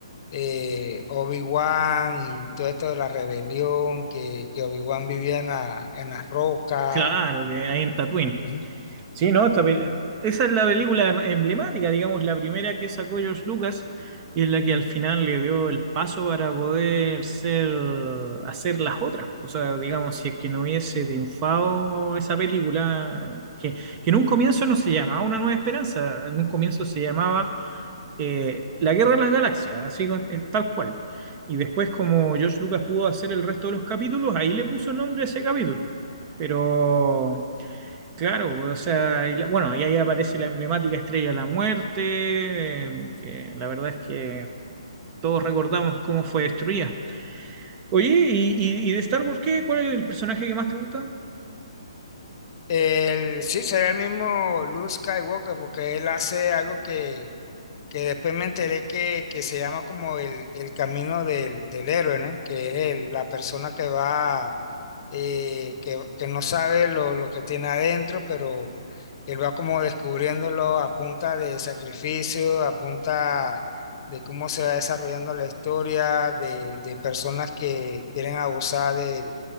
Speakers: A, on the left; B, on the right.
A: eh, Obi-Wan y todo esto de la rebelión, que, que Obi-Wan vivía en la, en las rocas.
B: claro, que ahí en Tatooine.
A: Ujú.
B: Sí, no, esta pel- esa es la película em- emblemática, digamos, la primera que sacó George Lucas y es la que al final le dio el paso para poder ser, hacer las otras. O sea, digamos, si es que no hubiese triunfado esa película, que, que en un comienzo no se llamaba Una Nueva Esperanza, en un comienzo se llamaba eh, la Guerra de las Galaxias, así es tal cual. Y después, como George Lucas pudo hacer el resto de los capítulos, ahí le puso nombre a ese capítulo. Pero, claro, o sea, y la- bueno, y ahí aparece la emblemática Estrella de la Muerte, eh, que la verdad es que todos recordamos cómo fue destruida. Oye, ¿y, y- y de Star Wars qué? ¿Cuál es el personaje que más te gusta?
A: El, sí, sería el mismo Luke Skywalker, porque él hace algo que, que después me enteré que, que se llama como el, el camino del, del héroe, ¿no? Que es el- la persona que va, eh, que, que no sabe lo, lo que tiene adentro, pero él va como descubriéndolo a punta de sacrificio, a punta de cómo se va desarrollando la historia, de, de personas que quieren abusar de,